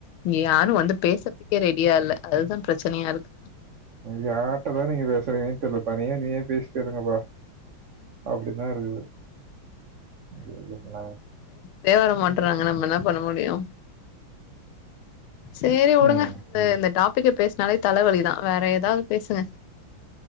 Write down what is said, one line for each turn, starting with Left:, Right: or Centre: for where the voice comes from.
Left: இங்க யாரு வந்து பேசறதுக்கே ரெடியா இல்ல அதுதா பிரச்சனையா இருக்கு
Right: யார்ட்டதா நீங்க பேசறிங்கனே தெரிலப்பா தனியா நீயே பேசிட்டு இருங்கப்பா அப்டிதா இருக்குது யோ என்ன
Left: வே வர மாட்றாங்க நம்ம என்ன பண்ண முடியு சேரி உடுங்க
Right: ம்.
Left: இந்த
Right: ம்.
Left: இந்த டாபிக்க பேச நாலே தலவலி தா வேற ஏதாவுது பேசுங்க